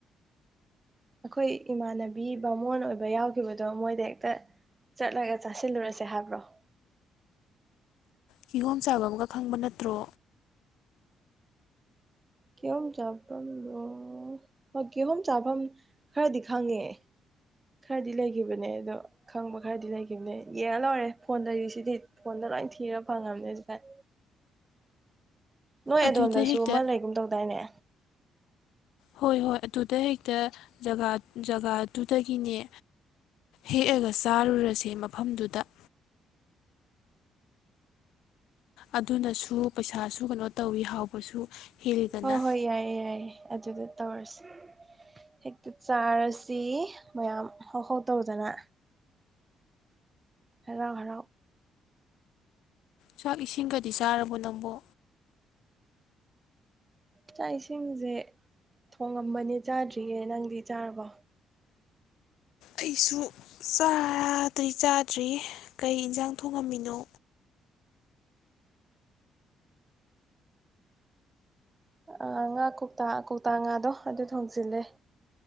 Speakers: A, on the right; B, on the left.
A: ꯑꯩꯈꯣꯏ ꯏꯃꯥꯟꯅꯕꯤ ꯕꯥꯃꯣꯟ ꯑꯣꯏꯕ ꯌꯥꯎꯈꯤꯕꯗꯣ ꯃꯣꯏꯗ ꯍꯦꯛꯇ ꯆꯠꯂꯒ ꯆꯥꯁꯤꯜꯂꯨꯔꯁꯦ ꯍꯥꯏꯕ꯭ꯔꯣ꯫
B: ꯀꯤꯍꯣꯝ ꯆꯥꯕꯝꯒ ꯈꯪꯕ ꯅꯠꯇ꯭ꯔꯣ꯫
A: ꯀꯤ ꯍꯣꯝ ꯆꯥꯐꯝꯗꯣ, ꯍꯣꯏ ꯀꯤꯍꯣꯝ ꯆꯥꯐꯝ ꯈꯔꯗꯤ ꯈꯪꯉꯦ, ꯈꯔꯗꯤ ꯂꯩꯈꯤꯕꯅꯦ ꯑꯗꯣ ꯈꯪꯕ ꯈꯔꯗꯤ ꯂꯩꯈꯤꯕꯅꯦ ꯌꯦꯡꯉ ꯂꯣꯏꯔꯦ ꯐꯣꯟ ꯂꯩꯔꯤꯁꯤꯗꯤ ꯐꯣꯟꯗ ꯂꯣꯏ ꯊꯤꯔ ꯐꯪꯉꯕꯅꯦ ꯍꯧꯖꯤꯛ ꯀꯥꯟ꯫ ꯅꯣꯏ
B: ꯑꯗꯨꯗ
A: ꯑꯗꯣꯝꯗꯁꯨ
B: ꯍꯦꯛꯇ
A: ꯑꯃ ꯂꯩꯒꯨꯝ ꯇꯧꯗꯥꯏꯅꯦ꯫
B: ꯍꯣꯏ--ꯍꯣꯏ꯫ ꯑꯗꯨꯗ ꯍꯦꯛꯇ ꯖꯒꯥ ꯖꯒꯥꯗꯨꯗꯒꯤꯅꯦ ꯍꯦꯛꯑꯒ ꯆꯥꯔꯨꯔꯁꯦ ꯃꯐꯝꯗꯨꯗ ꯑꯗꯨꯅꯁꯨ ꯄꯩꯁꯥꯁꯨ ꯀꯩꯅꯣ ꯇꯧꯋꯤ ꯍꯥꯎꯕꯁꯨ ꯍꯦꯜꯂꯤꯗꯅ
A: ꯍꯣ ꯍꯣꯏ ꯌꯥꯏꯌꯦ-ꯌꯥꯏꯌꯦ ꯑꯗꯨꯗ ꯇꯧꯔꯁꯤ ꯍꯦꯛꯇ ꯆꯥꯔꯁꯤ ꯃꯌꯥꯝ ꯍꯧ-ꯍꯧ ꯇꯧꯗꯅ꯫ ꯍꯔꯥꯎ-ꯍꯔꯥꯎ
B: ꯆꯥꯛ ꯏꯁꯤꯡꯒꯗꯤ ꯆꯥꯔꯕꯣ ꯅꯪꯕꯣ꯫
A: ꯆꯥꯛ ꯏꯁꯤꯡꯁꯦ, ꯊꯣꯡꯉꯝꯕꯅꯦ ꯆꯥꯗ꯭ꯔꯤꯌꯦ ꯅꯪꯗꯤ ꯆꯥꯔꯕꯣ꯫
B: ꯑꯩꯁꯨ ꯆꯥꯗꯤ ꯆꯥꯗ꯭ꯔꯤ ꯀꯩ ꯏꯟꯁꯥꯡ ꯊꯣꯡꯉꯝꯃꯤꯅꯣ꯫
A: ꯑ ꯉꯥ ꯀꯧꯇꯥ ꯀꯧꯇꯥ ꯉꯥꯗꯣ ꯑꯗꯨ ꯊꯣꯡꯖꯤꯜꯂ꯫ꯦ